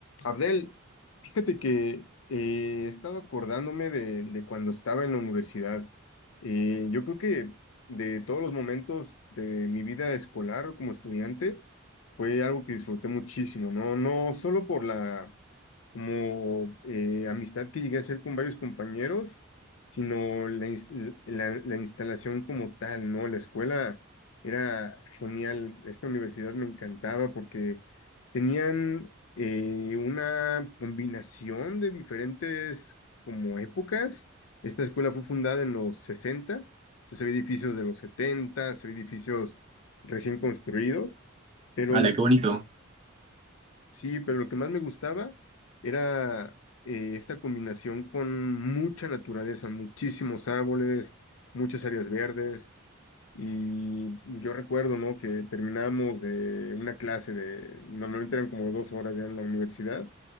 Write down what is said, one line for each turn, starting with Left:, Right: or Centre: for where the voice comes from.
Left: Abdel, fíjate que eh, he estado acordándome de, de cuando estaba en la universidad. Eh, yo creo que de todos los momentos de mi vida escolar como estudiante fue algo que disfruté muchísimo, ¿no? No solo por la, como eh, amistad que llegué a hacer con varios compañeros, sino la, ins- la, la instalación como tal, ¿no? La escuela era genial, esta universidad me encantaba porque tenían eh, una combinación de diferentes como épocas. Esta escuela fue fundada en los sesentas, entonces había edificios de los setentas, había edificios recién construidos. Pero
Right: Hala,
Left: lo
Right: qué bonito.
Left: Sí, pero lo que más me gustaba era eh, esta combinación con mucha naturaleza, muchísimos árboles, muchas áreas verdes. Y yo recuerdo, ¿no? Que terminamos de una clase de, normalmente eran como dos horas ya en la universidad,